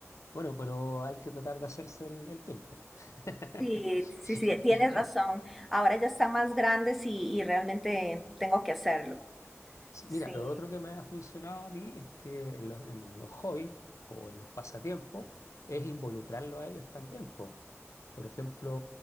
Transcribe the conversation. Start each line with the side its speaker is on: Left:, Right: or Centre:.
Left: Bueno, pero hay que tratar de hacerse el el tiempo. <laughs>
Centre: Sí, sí, sí, tienes razón. Ahora ya están más grandes y, y realmente tengo que hacerlo.
Left: Sí,
Centre: Sí,
Left: mira, lo otro que me ha funcionado a mí es que en los, en los hobbies o en los pasatiempos es involucrarlo a ellos también, po. Por ejemplo,